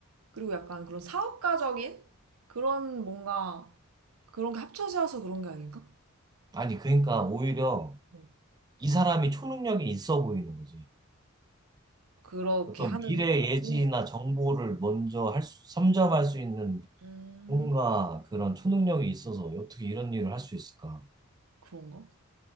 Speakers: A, on the right; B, on the right.
A: 그리고 약간 그런 사업가적인 그런 뭔가 그런 게 합쳐져서 그런 게 아닐까?
B: 아니, 그러니까 오히려
A: 어,
B: 이 사람이 초능력이 있어 보이는 거지.
A: 그렇게
B: 어떤
A: 하는
B: 미래
A: 능력이
B: 예지나 정보를 먼저 할 수, 선점할 수 있는
A: 음,
B: 뭔가 그런 초능력이 있어서 어떻게 이런 일을 할 수 있을까?
A: 그런가?